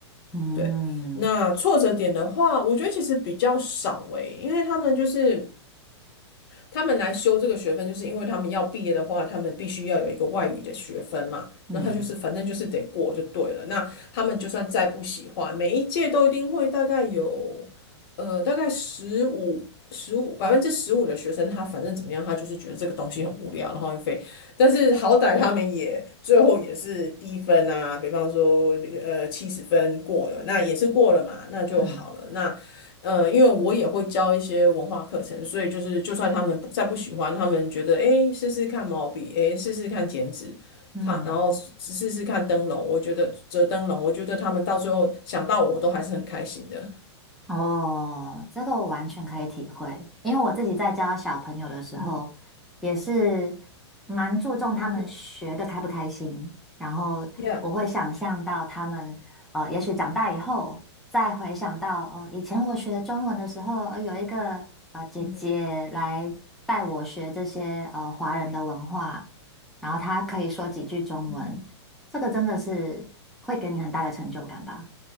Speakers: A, in the centre; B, on the left.
A: 嗯嗯
B: 对，那挫折点的话，我觉得其实比较少诶，因为他们就是他们来修这个学分，就是因为他们要毕业的话，他们必须要有一个外语的学分嘛。
A: 嗯
B: 那他就是反正就是得过就对了。那他们就算再不喜欢，每一届都一定会大概有呃大概十五十五百分之十五的学生，他反正怎么样，他就是觉得这个东西很无聊，然后又非但是好歹他们也最后也是低分啊，比方说呃七十分过了，那也是过了嘛，那就好了。
A: 嗯嗯嗯
B: 那呃，因为我也会教一些文化课程，所以就是就算他们不再不喜欢，他们觉得诶试试看毛笔，诶试试看剪纸，
A: 嗯
B: 他然后试试试看灯笼，我觉得折灯笼，我觉得他们到最后想到我都还是很开心的。
A: 哦，这个我完全可以体会，因为我自己在教小朋友的时候，
B: 嗯
A: 也是蛮注重他们学的开不开心，
B: 嗯哼
A: 然后我会想象到他们，
B: ，Yeah，
A: 呃，也许长大以后再回想到，哦，以前我学中文的时候，呃有一个呃姐姐来带我学这些呃华人的文化，
B: 嗯哼
A: 然后她可以说几句中文，
B: 嗯哼。
A: 这个真的是会给你很大的成就感吧？